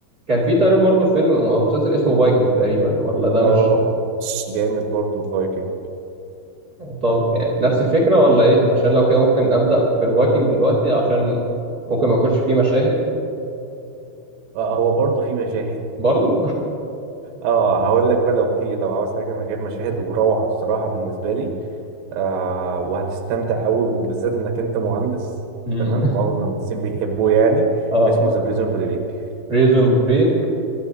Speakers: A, on the right; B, on the right.
A: كان في تقريبا برضه فيلم او مسلسل اسمه فايكنج تقريبا ولا ده
B: اه
A: مش
B: جامد برضه الفايكنج
A: طب يعني نفس الفكرة ولا ايه عشان لو كده ممكن أبدأ في فايكنج دلوقتي عشان ممكن ما يكونش فيه مشاهد
B: آه هو برضه في مشاهد
A: برضه
B: اه هقول لك بقى لو في لو عاوز حاجه من غير مشاهد وروعه الصراحه بالنسبه لي آه وهتستمتع قوي وبالذات انك انت مهندس
A: امم
B: تمام معظم المهندسين بيحبوه يعني
A: <laughs> اه
B: اسمه ذا بريزون بريك
A: بريزون بريك